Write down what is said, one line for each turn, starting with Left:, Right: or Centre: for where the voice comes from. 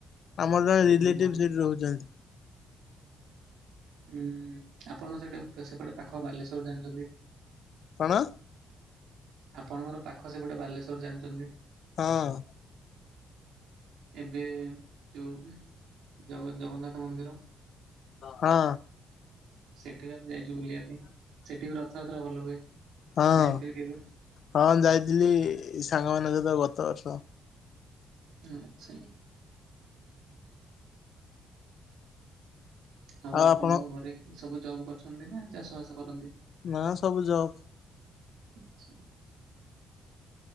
Left: ଆମର ଜଣେ
Right: ହଁ,
Left: ରିଲେଟିଭ୍
Right: ଭଲ
Left: ସେଇଠି ରହୁଚନ୍ତି।
Right: ହୁଁ ଆପଣ ସେଠି ସେପଟେ ପାଖ ବାଲେଶ୍ୱର ଜାଣିଚନ୍ତି।
Left: କଣ?
Right: ଆପଣଙ୍କର ପାଖ ସେପଟେ ବାଲେଶ୍ଵର ଜାଣିଚନ୍ତି।
Left: ହଁ।
Right: ଏବେ ଯୋଉ ଜଗ ଜଗନ୍ନାଥ ମନ୍ଦିର।
Left: ହଁ।
Right: ସେଠି ବି ଆମେ ଯାଇଚୁ ବୁଲିବା ପାଇଁ ସେଠି ବି ରଥଯାତ୍ରା ଭଲ ହୁଏ
Left: ହଁ
Right: ଯାଇଥିବେ କେବେ?
Left: ହଁ ଯାଇଥିଲି ସାଙ୍ଗମାନଙ୍କ ସହିତ ଗତବର୍ଷ।
Right: ଉଁ ଆ ଆଚ୍ଛା ଇଏ। ସବୁ
Left: ଆଉ
Right: ଆପଣଙ୍କ
Left: ଆପଣ
Right: ଘରେ ସବୁ ଜବ୍ କରିଛନ୍ତି ନା ଚାଷ ବାସ କରନ୍ତି।
Left: ନା ସବୁ ଜବ୍।
Right: ଆଚ୍ଛା।